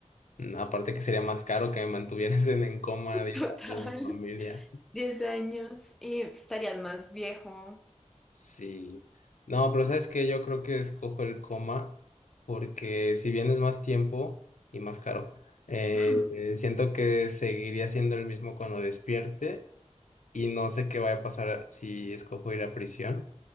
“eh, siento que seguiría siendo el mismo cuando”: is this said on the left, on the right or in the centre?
Left